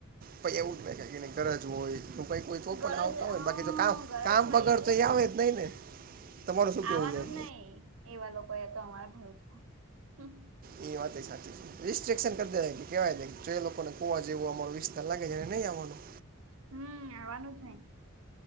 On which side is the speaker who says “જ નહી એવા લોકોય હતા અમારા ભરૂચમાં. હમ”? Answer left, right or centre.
Right